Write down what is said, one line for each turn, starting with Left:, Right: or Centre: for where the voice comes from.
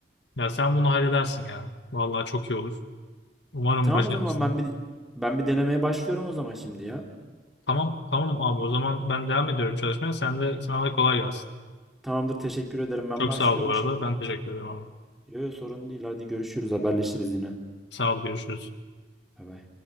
Left: Ya sen bunu halledersin ya. Vallahi çok iyi olur. Umarım
Centre: E, tamam
Left: başarırsın.
Centre: o zaman ben bir ben bir denemeye başlıyorum o zaman şimdi ya.
Left: Tamam, tamam abi. O zaman ben devam ediyorum çalışmaya. Sen de sana da kolay gelsin.
Centre: Tamamdır teşekkür ederim ben
Left: Çok
Centre: başlıyorum
Left: sağ ol bu arada.
Centre: şimdi bunu.
Left: Ben teşekkür ederim abi.
Centre: Yok yok sorun değil hadi görüşürüz haberleşiriz yine.
Left: Sağ ol, görüşürüz.
Centre: Bay bay.